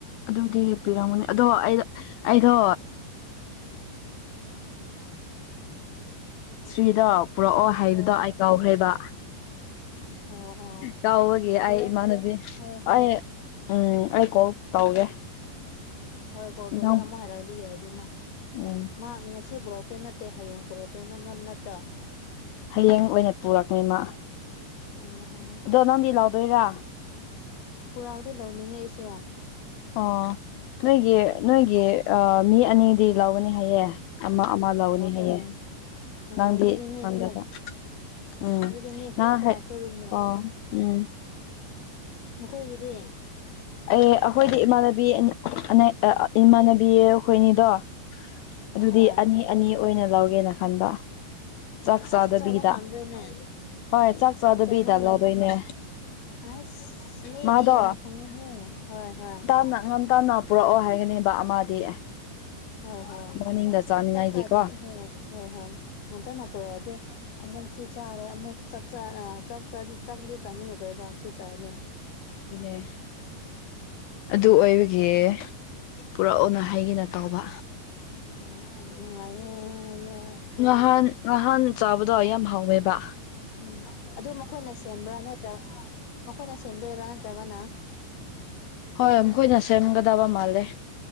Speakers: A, on the left; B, on the left.
A: ꯑꯗꯨꯗꯤ ꯄꯤꯔꯝꯃꯅꯤ ꯑꯗꯣ ꯑꯩꯗꯣ ꯏ <unintelligible> ꯄꯨꯔꯛꯑꯣ ꯍꯥꯏꯕꯗꯣ
B: ꯍꯣꯏ ꯍꯣꯏ
A: ꯑꯩ ꯀꯥꯎꯈ꯭ꯔꯦꯕ
B: ꯑꯣ ꯑꯣ
A: ꯀꯥꯎꯕꯒꯤ
B: ꯍꯣꯔꯦꯟ
A: ꯑꯩ ꯏꯃꯥꯟꯅꯕꯤ
B: ꯍꯣꯏ ꯍꯣꯏ
A: ꯑꯩ ꯎꯝ ꯑꯩ ꯀꯣꯜ ꯇꯧꯒꯦ
B: ꯍꯣꯏ ꯀꯣꯜ ꯇꯧꯔꯒ
A: ꯅꯪ
B: ꯑꯃꯨꯛ ꯍꯥꯏꯔꯛꯑꯗꯤ ꯌꯥꯏꯗꯅ
A: ꯎꯝ
B: ꯃꯥ ꯉꯁꯤ ꯄꯨꯔꯛꯇꯣꯏ ꯅꯠꯇꯦ ꯍꯌꯦꯡ ꯄꯨꯔꯛꯇꯣꯏ ꯅꯠꯇ꯭ꯔꯥ
A: ꯍꯌꯦꯡ ꯑꯣꯏꯅ ꯄꯨꯔꯛꯅꯤꯃꯥ
B: ꯑꯣ ꯑꯣꯥ
A: ꯑꯗꯣ ꯅꯪꯗꯤ ꯂꯥꯎꯗꯣꯏꯔꯥ
B: ꯄꯨꯔꯥꯒꯗꯤ ꯂꯧꯅꯤꯡꯉꯦ ꯑꯩꯁꯨ
A: ꯑꯣ ꯅꯣꯏꯒꯤ ꯅꯣꯏꯒꯤ ꯃꯤ ꯑꯅꯤꯗꯤ ꯂꯧꯒꯅꯤ ꯍꯥꯏꯌꯦ ꯑꯃ ꯑꯃ ꯂꯧꯎꯅꯤ ꯍꯥꯏꯌꯦ
B: ꯑꯣ ꯑꯣ
A: ꯅꯪꯗꯤ
B: ꯑꯗꯨꯅꯦ ꯃꯤ
A: ꯈꯪꯗꯕ
B: ꯑꯍꯨꯝ
A: ꯎꯝ
B: ꯑꯗꯨꯗꯤ ꯃꯤ ꯑꯍꯨꯝ
A: ꯅꯪ
B: ꯀꯣ
A: ꯍꯥꯏ
B: ꯑꯈꯣꯏ ꯔꯨꯝꯅ
A: ꯑꯣ ꯎꯝ
B: ꯅꯈꯣꯏꯒꯤꯗꯤ
A: ꯑꯦ ꯑꯩꯈꯣꯏꯗꯤ ꯏꯃꯥꯟꯅꯕꯤ ꯑꯅꯤ ꯏꯃꯥꯟꯅꯕꯤ ꯑꯩꯈꯣꯏꯅꯤꯗꯣ ꯑꯗꯨꯗꯤ
B: ꯍꯣꯏ
A: ꯑꯅꯤ ꯑꯅꯤ ꯑꯣꯏꯅ ꯂꯧꯒꯦꯅ ꯈꯟꯕ ꯆꯥꯛ ꯆꯥꯗꯕꯤꯗ
B: ꯑꯁ ꯆꯥꯕ ꯉꯝꯗꯔꯅꯦ
A: ꯍꯣꯏ ꯆꯥꯛ ꯆꯥꯗꯕꯤꯗ
B: ꯆꯥꯕ
A: ꯂꯧꯗꯣꯏꯅꯦ
B: ꯉꯝꯗꯔꯅꯦ ꯑꯥꯏꯁ ꯃꯤꯗꯤ
A: ꯃꯥꯗꯣ
B: ꯅꯥ <unintelligible> ꯍꯣꯏ ꯍꯣꯏ
A: <unintelligible> ꯄꯨꯔꯛꯑꯣ ꯍꯥꯏꯒꯅꯦꯕ ꯑꯃꯗꯤ
B: ꯍꯣꯏ ꯍꯣꯏ
A: ꯃꯣꯔꯅꯤꯡꯗ ꯆꯥꯅꯤꯡꯉꯥꯏꯒꯤꯀꯣ
B: ꯆꯥꯛ ꯆꯥꯅꯤꯡ <unintelligible> ꯍꯣꯏ ꯍꯣꯏ ꯉꯟꯇꯥꯅ ꯄꯨꯔꯛꯑꯗꯤ ꯑꯃꯨꯛ ꯁꯤ ꯆꯥꯔꯦ ꯑꯃꯨꯛ ꯆꯛꯆꯥ ꯑ ꯆꯛ ꯆꯥꯗꯤ ꯆꯛꯄꯨꯗꯤ ꯆꯥꯅꯤꯡꯉꯥꯔꯣꯏꯕ ꯁꯤ ꯆꯥꯔꯅꯤ
A: ꯑꯗꯨꯅꯦ ꯑꯗꯨ ꯑꯣꯏꯕꯒꯤ ꯄꯨꯔꯛꯑꯣꯅ ꯍꯩꯒꯦꯅ ꯇꯧꯕ
B: ꯑꯣ ꯅꯨꯡꯉꯥꯏꯌꯦ ꯑ ꯌꯥꯏ
A: ꯉꯍꯥꯟ ꯉꯍꯥꯟ ꯆꯥꯕꯗꯣ ꯌꯥꯝ ꯍꯥꯎꯋꯦꯕ
B: ꯎꯝ ꯑꯗꯨ ꯃꯈꯣꯏꯅ ꯁꯦꯝꯕ꯭ꯔꯥ ꯅꯠꯇ꯭ꯔ ꯃꯈꯣꯏꯅ ꯁꯦꯝꯗꯣꯏꯔꯥ ꯅꯠꯇ꯭ꯔꯒꯅ
A: ꯍꯣꯏ ꯃꯈꯣꯏꯅ ꯁꯦꯝꯒꯗꯕ ꯃꯥꯜꯂꯦ